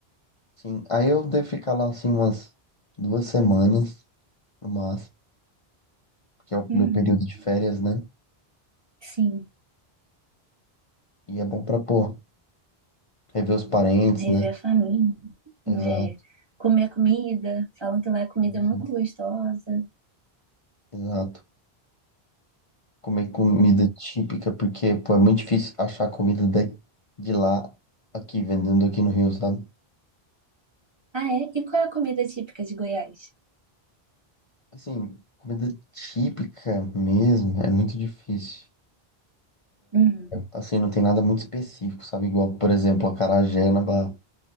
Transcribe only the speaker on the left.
Sim, aí eu devo ficar lá assim umas duas semanas, no máximo, que é o
meu período de férias, né?
E é bom pra, pô, rever os parentes,
né?
Exato,
isso,
exato. Comer comida típica, porque, pô, é muito difícil achar comida de, de lá, aqui, vendendo aqui no Rio, sabe?
Assim, comida típica mesmo é muito difícil.
Assim, não tem nada muito específico, sabe? Igual, por exemplo, acarajé na, ba